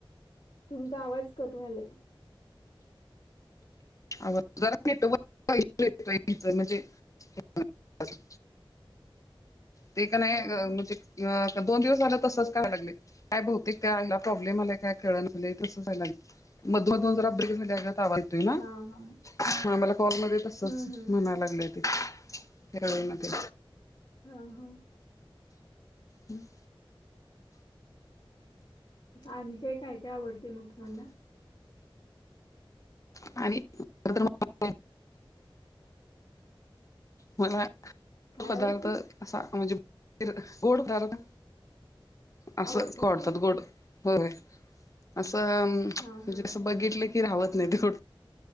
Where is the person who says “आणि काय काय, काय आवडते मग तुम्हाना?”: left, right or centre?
Left